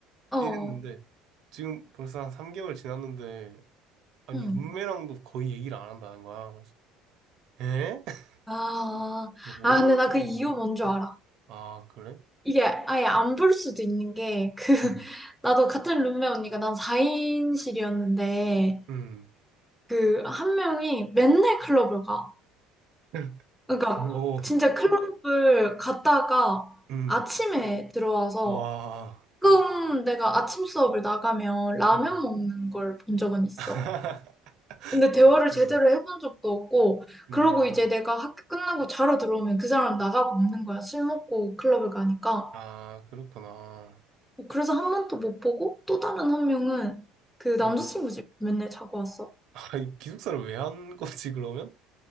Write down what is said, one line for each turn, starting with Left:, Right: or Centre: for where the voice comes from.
Centre: 어,
Right: 이랬는데
Centre: 어,
Right: 지금 벌써 한 3개월 지났는데 아니
Centre: 응.
Right: 룸메랑도 거의 얘기를 안 한다는 거야. 그래서 에? <laughs>
Centre: 아,
Right: 원래
Centre: 아, 근데 나
Right: 그런
Centre: 그 이유
Right: 건가?
Centre: 뭔줄 알아.
Right: 아 그래?
Centre: 이게 아예 안 볼 수도 있는 게, 그, <laughs>
Right: 음.
Centre: 나도 같은 룸메 언니가 난 4인실이었는데,
Right: 음.
Centre: 그 한 명이 맨날 클럽을 가.
Right: <laughs>
Centre: 그러니까
Right: 오.
Centre: 진짜 클럽을 갔다가
Right: 음.
Centre: 아침에 들어와서
Right: 와.
Centre: 가끔 내가 아침 수업을 나가면 라면
Right: 음.
Centre: 먹는 걸 본 적은 있어.
Right: <laughs>
Centre: 근데 대화를
Right: 네.
Centre: 제대로 해본 적도 없고,
Right: 음.
Centre: 그러고 이제 내가 학교 끝나고 자러 들어오면 그 사람 나가고 없는 거야. 술 먹고 클럽을 가니까.
Right: 아, 그렇구나.
Centre: 그래서 한 번도 못 보고 또 다른 한 명은 그 남자친구
Right: 음.
Centre: 집 맨날 자고 왔어.
Right: 아, 이 기숙사를 왜 한 거지, 그러면?